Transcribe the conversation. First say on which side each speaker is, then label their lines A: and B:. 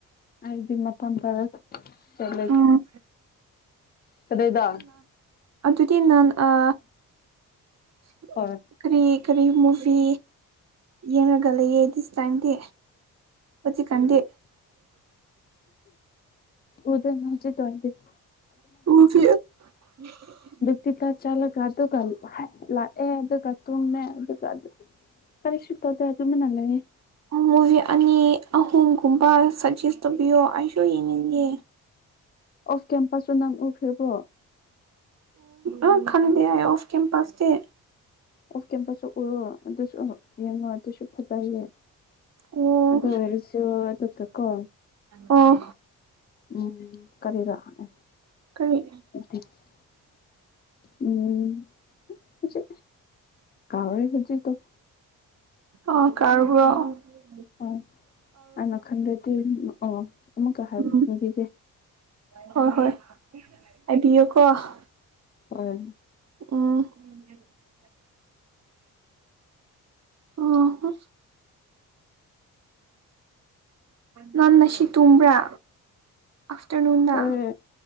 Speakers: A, on the left; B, on the right.
A: ꯑꯩꯗꯤ ꯃꯐꯝꯥꯟ ꯇꯔ ꯆꯂꯦ
B: ꯎꯝ
A: ꯀꯗꯥꯩꯗ
B: ꯑ ꯑꯗꯨꯗꯤ ꯅꯡ ꯑ <unintelligible> ꯎ
A: ꯍꯣꯏ
B: ꯀꯔꯤ ꯀꯔꯤ ꯃꯨꯚꯤ ꯌꯦꯡꯉꯒ ꯂꯩꯌꯦ ꯗꯤꯁ ꯇꯥꯏꯝꯗꯤ ꯍꯧꯖꯤꯛꯀꯥꯟꯗꯤ
A: ꯎꯗ ꯅ ꯎꯖꯤ ꯇꯋꯥꯗꯦ <unintelligible>
B: <unintelligible>
A: ꯇꯤ ꯀ ꯆꯂꯒ ꯑꯗꯨꯒ ꯂꯑꯦ ꯑꯗꯨꯒ ꯇꯨꯃꯦ ꯑꯗꯨꯒ ꯑꯗꯨ ꯀꯔꯤꯁꯤ ꯇꯣꯗ ꯑꯗꯨꯝꯅꯂꯦ
B: ꯃꯨꯚꯤ ꯑꯅꯤ ꯑꯍꯨꯝꯒꯨꯝꯕ ꯁꯖꯦꯁ ꯇꯧꯕꯤꯌꯣ ꯑꯩꯁꯨ ꯌꯦꯡꯅꯤꯡꯉꯦ
A: ꯑꯣꯐ ꯀꯦꯝꯄꯁꯁꯨ ꯅꯪ ꯎꯈ꯭ꯔꯤꯕ꯭ꯔꯣ
B: ꯑꯣ ꯈꯟꯗ ꯍꯥꯏ ꯑꯣꯐ ꯀꯦꯝꯄꯁ
A: ꯑꯣꯐ ꯀꯦꯝꯄꯁꯁꯨ ꯎꯔꯣ ꯑꯗꯨꯁꯨ ꯌꯦꯡꯉꯣ ꯑꯗꯨꯁꯨ ꯐꯖꯩꯌꯦ
B: ꯑꯣ
A: ꯑꯗꯣ ꯑꯣꯏꯁꯨ ꯀꯣ
B: ꯑꯣ
A: ꯎꯝ ꯀꯔꯤ ꯔꯑꯅꯦ
B: ꯀꯔꯤ
A: <unintelligible> ꯎꯝ ꯍꯧꯖꯤ ꯀꯥꯥꯎꯦ ꯍꯧꯖꯤ ꯇꯣ <unintelligible>
B: ꯑ ꯀꯔꯕꯨ <unintelligible>
A: ꯑꯣ ꯑꯩꯅ ꯈꯟꯗꯗꯤ ꯑꯣ ꯑꯃꯨꯛꯀ ꯍꯥꯏꯕꯤꯒꯦ
B: ꯎꯝ ꯍꯣꯏ ꯍꯣꯏ ꯑꯕꯤꯌ ꯀꯣ <unintelligible>
A: ꯍꯣꯏ
B: ꯎꯝ ꯑꯣ ꯅꯪ ꯉꯁꯤ ꯇꯨꯝꯕ꯭ꯔꯥ ꯑꯥꯐꯇꯔꯅꯨꯟꯗ
A: ꯍꯣꯏ